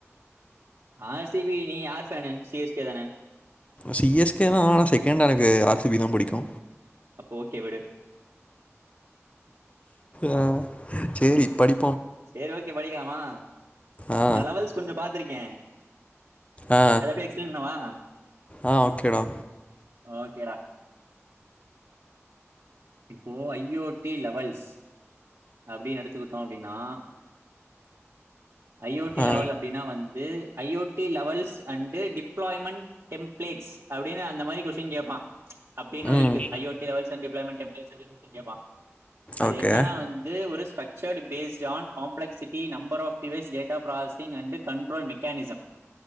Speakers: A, on the right (about 70°); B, on the left (about 25°).
A: ஆர் சி பி நீ யார் ஃபேனு சி எஸ் கே தானே
B: சி எஸ் கே தா ஆனா செகண்ட் எனக்கு ஆர் சி பி தா புடிக்கு
A: அப்போ ஓகே விடு
B: ஆஹ் சேரி படி
A: சேரி ஓகே படிக்கலாமா
B: ஆ
A: நா லெவல்ஸ் கொஞ்ச பாத்திருக்கே
B: ஆ
A: அத அப்புடியே எக்ஸ்பிளேன் பண்ண வா
B: ஆ ஓகேடா
A: ஒகே இப்போ ஐ ஓ டி லெவல்ஸ் அப்டின் எடுத்துகிட்டோ அப்டின்னா ஐ ஓ டி
B: ஆ
A: லெவல் அப்டின்னா வந்து I O T levels and tip employment templates அப்டின்னு அந்த மாரி கொஸ்டின் கேப்பா அப்படின்னுருக்கு
B: ம்
A: ஐயோட்டிளவல்ஸ் சட்டிபி ப்ளேமென்ட் <inaudible> சி கேப்பா அது
B: ஓகே
A: என்னன்னா வந்து ஒரு ஸ் செட் பேஸ் ஜான் பிளக்சிட்டி number of device data parsing and control mechanism